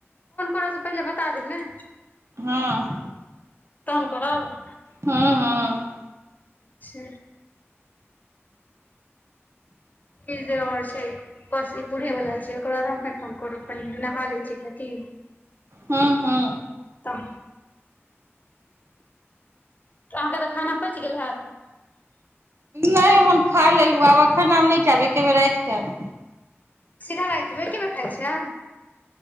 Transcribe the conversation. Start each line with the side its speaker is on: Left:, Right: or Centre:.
Left: करब पहिले बता देब ने
Right: हँ
Left: तहन करब
Right: हँ हँ
Left: छैय किछ देर और छै बस पूरे वला छै ओकरा बाद हम अपने फोन कर कनि नहा लै छै एक रति
Right: हू हू
Left: तब अहाँके तऽ खाना पेच गेल हायत
Right: नहि हम खा लेलहुँ आब एखन आब नहि खायब एके बेेर राति खायब
Left: सीधा रातिै मऽ एकेबेर खाइ छियै